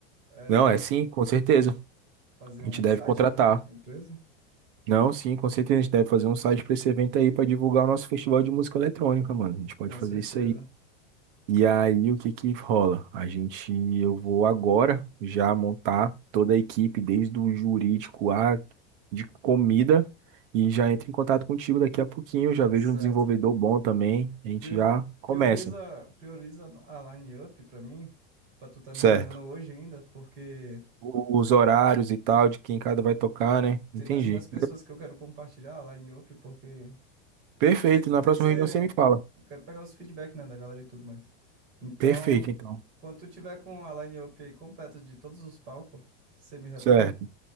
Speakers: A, on the right; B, on the right.
A: é,
B: Não, é sim, com certeza.
A: fazer
B: A
A: um
B: gente deve
A: site
B: contratar.
A: pra empresa?
B: Não, sim, com certeza. A gente deve fazer um site para esse evento aí para divulgar o nosso festival de música eletrônica, mano. A gente pode
A: Com
B: fazer
A: certeza.
B: isso aí. E aí, o que que rola? A gente, eu vou agora já montar toda a equipe, desde o jurídico a de comida, e já entro em contato contigo daqui a pouquinho. Já vejo
A: Certo.
B: um desenvolvedor bom também. A gente
A: Prio-
B: já começa,
A: Prioriza, prioriza a line up pra mim, pra tu tá me
B: certo?
A: enviando hoje ainda, porque.
B: Os horários e tal, de quem cada vai tocar, né?
A: Tem
B: Entendi.
A: mais umas pessoas que eu quero compartilhar lá em Up, porque
B: Perfeito.
A: tem que,
B: Na
A: tem
B: próxima
A: que ser.
B: reunião você me fala.
A: Eu quero pegar os feedback, né, da galera e tudo mais. Então,
B: Perfeito, então.
A: quando tu tiver com a line-up aí completa de todos os palcos, você me retorna?
B: Certo.